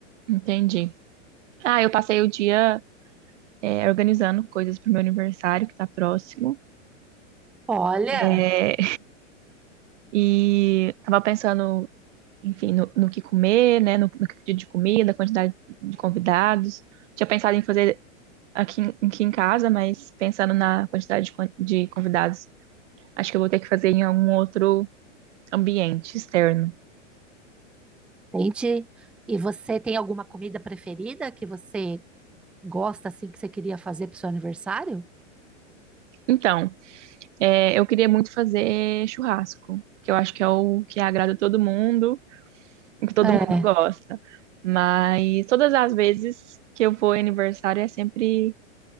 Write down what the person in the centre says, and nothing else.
Olha,
Entende? E você tem alguma comida preferida que você gosta assim que você queria fazer para o seu aniversário?
é,